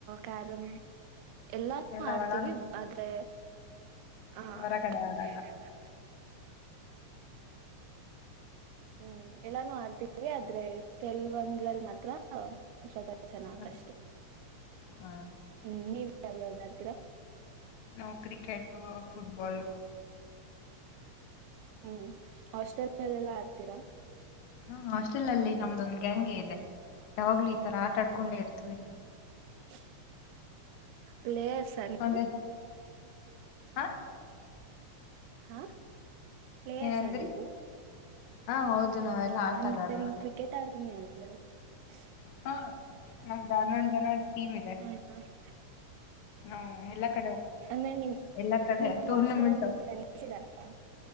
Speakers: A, on the right; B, on the left.
A: ಕ್ಯಾರಮ್. ಎಲ್ಲನು
B: ಎಲ್ಲ
A: ಮಾಡ್ತೀವಿ
B: ಒಳಾಂಗ
A: ಆದ್ರೆ ಹ
B: ಹೊರಗಡೆ ಆಡಲ್ಲ
A: <unintelligible> ಹ್ಮ್ ಎಲ್ಲಾನು ಆಡ್ತೀವಿ ಆದ್ರೆ ಕೆಲ್ವೊಂದ್ರಲ್ಲಿ ಮಾತ್ರ ಸ್ವಲ್ ಚೆನ್ನಾಗಷ್ಟ
B: ಹ್ಮ್.
A: <unintelligible>
B: ಹ್ಮ್.
A: ಹ್ಮ ನೀವ ಯಾವುದ್ ಯಾವ್ದ್ ಆಡ್ತೀರಾ..
B: ನಾವು ಕ್ರಿಕೆಟ್ ಫುಟ್ಬಾಲು.
A: ಹ್ಮ್ ಹಾಸ್ಟೆಲ್ ಅಲ್ಲಿ ಎಲ್ಲಾ ಆಡ್ತೀರಾ.
B: ಹಾ ಹಾಸ್ಟೆಲ್ ಅಲ್ಲಿ ನಮ್ಮೂದೊಂದ್ ಗ್ಯಾಂಗ್ ಇದೆ ಯಾವಾಗ್ಲ ಈ ತರ ಆಟ ಆಡ್ಕೊಂಡೆ ಇರ್ತೀವಿ.
A: <unintelligible> ಪ್ಲೇಸ್ ಅಲ್ಲಿ
B: ಒಂದೇ <unintelligible> ಹಾ
A: ಹಾ <inaudible> ಪ್ಲೇಯರ್ಸಾ
B: ಏನಂದ್ರಿ
A: ನೀವು.
B: ಹಾ ಹೌದು ನಾವೆಲ್ಲಾ ಆಟಗಾರರು.
A: ಅಂದ್ರೆ <unintelligible>
B: ಹ ನಮದ ಹನ್ನೊಂದ್ ಜನ ಟೀಮ್ ಇದೆ.
A: <unintelligible>
B: ಹು ಎಲ್ಲ ಕಡೆ ಹೋಗ
A: ಅಂದ್ರೆ
B: <inaudible>
A: ನಿಮ್
B: ಎಲ್ಲಾ ಕಡೆ
A: ನಿಮ್
B: ಟೂರ್ನಮೆಂಟ್ಹ
A: ಹಾಸ್ಟೆಲ್ ಅಲ್ಲಿ
B: ಹೋಗತಿನಿ
A: ನಿಮ್ ಫ್ರೆಂಡ್ಸ್ ಇದಾರಾ